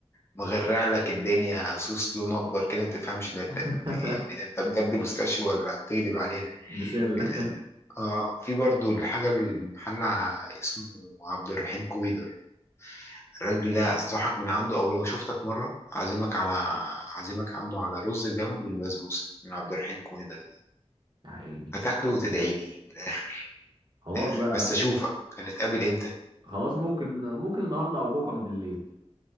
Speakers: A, on the left; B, on the right.
A: مغرع لك الدنيا صوص لون اكبر كده ما تفهمش ده انت
B: <laughs>
A: يعني ده انت بجد بيستاشيو ولا بتكذب علينا
B: بسلة
A: ال... ال... اه في برضو الحاجه المحل ع- اسمه عبد الرحيم كويدر الراجل ده انصحك من عنده او لو شفتك مره عازمك على عازمك عنده على رز بلبن بالبسبوسه من عبد الرحيم كويدر ده
B: يا عيني
A: هتاكله وتدعي لي من الاخر
B: خلاص
A: من الاخر
B: بقى
A: بس اشوفك هنتقابل امتى
B: خلاص ممكن ممكن النهارده او بكره بالليل